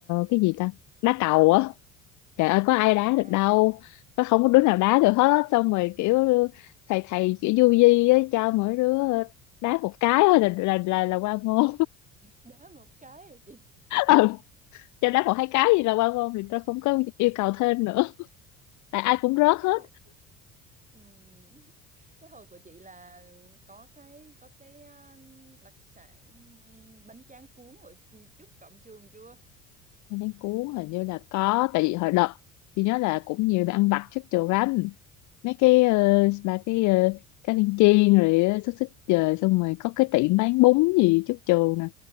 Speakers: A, on the left; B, on the right.
A: cái gì ta đá cầu á trời ơi có ai đá
B: à
A: được đâu có không có đứa nào đá được hết xong rồi kiểu thầy thầy kiểu du di á cho mỗi đứa đá một cái thôi là là là, là qua môn
B: đá một cái rồi chị
A: <laughs> ừ. cho đá một hai cái gì là qua môn thì tôi không có yêu cầu thêm nữa tại ai cũng rớt
B: cái
A: hết
B: cái hồi ừm, cái hồi của chị là có cái có cái ờ, đặc sản ừm, bánh tráng cuốn ở trước cổng trường chưa
A: Nên cuốn hình như là có tại vì hồi đợt chị nhớ là cũng nhiều bạn ăn vặt trước trường lắm mấy
B: dạ
A: cái ờ, bà cái ờ, cá viên chiên rồi ờ, xúc xích trời xong rồi có cái tiệm bán bún gì chút chù nè